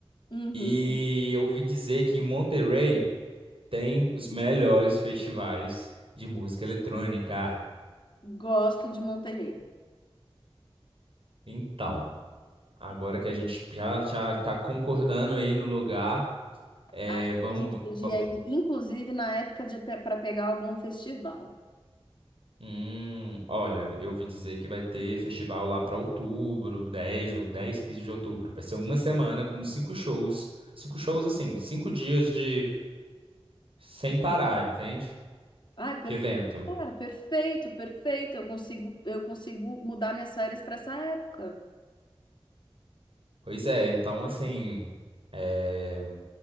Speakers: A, on the left (about 45°); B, on the right (about 60°).
A: Uhum.
B: E eu ouvi dizer que em Monterrey. tem os melhores festivais de música eletrônica.
A: Gosto de Monterrey.
B: Então, agora que a gente já já está concordando aí no lugar, é,
A: Acho
B: vamos.
A: que a gente podia
B: va-
A: ir, inclusive, na época de para pegar algum festival.
B: Hum, olha, eu ouvi dizer que vai ter festival lá para outubro, 10 ou 10 15 de outubro. Vai ser uma semana com cinco shows. Cinco shows, assim, cinco dias de sem parar, entende?
A: Ah, perfeito,
B: De evento.
A: cara, perfeito, perfeito. Eu consigo, eu consigo mudar minhas férias para essa época.
B: Pois é, então assim. é,